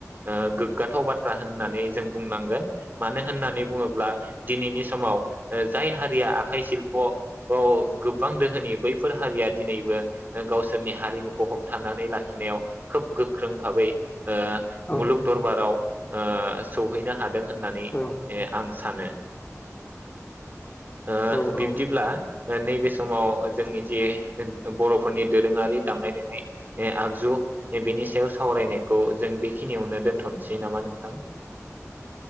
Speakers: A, on the right; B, on the left.
A: ओ गोग्गाथाव बाथ्रा होननानै जों बुंनांगोन मानो होननानै बुङोब्ला दिनैनि समाव ओ हारिया आखाइ शिल्प अ गोबां दोहोनि बैफोर हारिया दिनैबो ओ गावसोरनि हारिमुखौ हमथानानै लाखिनायाव खोब गोख्रों फाबै ओ
B: औ
A: मुलुग दरबाराव ओ सौहैनो‌ हादों होननानै
B: औ
A: ए आं सानो ओ
B: औ औ
A: बिब्दिब्ला ओ नैबे समाव जोंनि जे बर'फोरनि दोरोङारि दामनाय देनाय ए आगजु बेनि सायाव सावरायनायखौ जों बेखिनियावनो दोनथनोसै नामा नोंथां ।